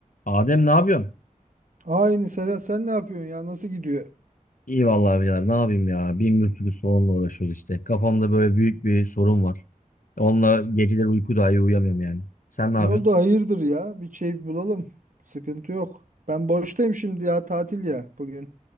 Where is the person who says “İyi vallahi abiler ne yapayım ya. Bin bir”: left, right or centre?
Left